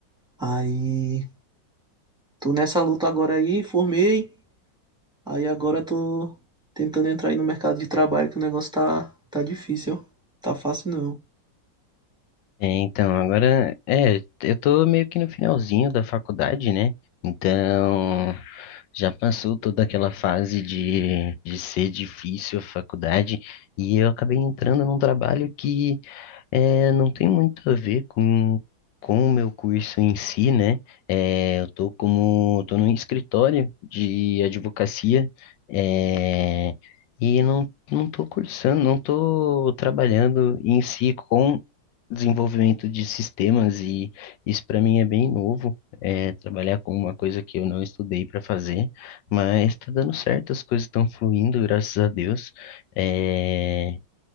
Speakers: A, in the centre; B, on the left.
A: Aí tô nessa luta agora aí, formei. Aí agora tô tentando entrar aí no mercado de trabalho, que o negócio tá, tá difícil, ó. Tá fácil não.
B: É, então, agora, é, eu tô meio que no finalzinho da faculdade, né? Então, já passou toda aquela fase de, de ser difícil a faculdade e eu acabei entrando num trabalho que é, não tem muito a ver com, com o meu curso em si, né? É, eu tô como, tô num escritório de advocacia, é, e não, não tô cursando, não tô trabalhando em si com desenvolvimento de sistemas e isso para mim é bem novo, é trabalhar com uma coisa que eu não estudei para fazer, mas está dando certo, as coisas estão fluindo, graças a Deus. É,